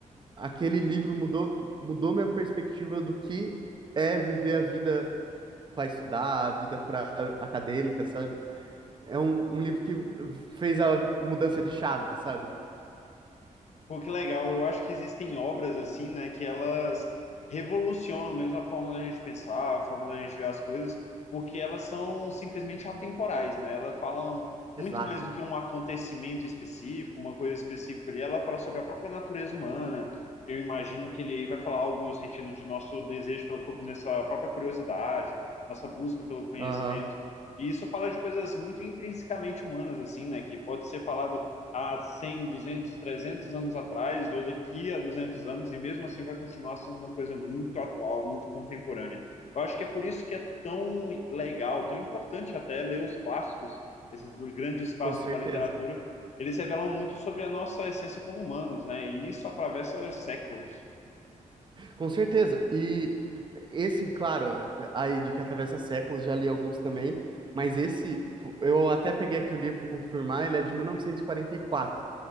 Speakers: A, on the right; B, on the left.
A: aquele livro mudou, mudou minha perspectiva do que é viver a vida para estudar, a vida para acadêmica, sabe? É um, um livro que fez a mudança de chave, sabe?
B: Pô, que legal. Eu acho que existem obras assim, né, que elas revolucionam mesmo a forma da gente pensar, a forma da gente ver as coisas, porque elas são simplesmente atemporais, né? Elas falam
A: Exato.
B: muito mais do que um acontecimento específico, uma coisa específica ali. Ela fala sobre a própria natureza humana. Eu imagino que ele aí vai falar algo no sentido de nosso desejo pela cu- nessa própria curiosidade, nossa busca pelo conhecimento.
A: Aham,
B: E isso fala de coisas muito intrinsecamente humanas, assim, né? Que pode ser falado há 100, 200, 300 anos atrás, ou daqui a 200 anos, e mesmo assim vai continuar sendo uma coisa muito atual, muito contemporânea. Eu acho que é por isso que é tão legal, tão importante até ler os clássicos, esses grandes clássicos
A: com certeza.
B: da literatura, eles revelam muito sobre a nossa essência como humanos, né? E isso atravessa séculos.
A: Com certeza. E esse, claro, aí de que atravessa séculos, já li alguns também, mas esse, pô, eu até peguei aqui o livro para confirmar, ele é de 1944.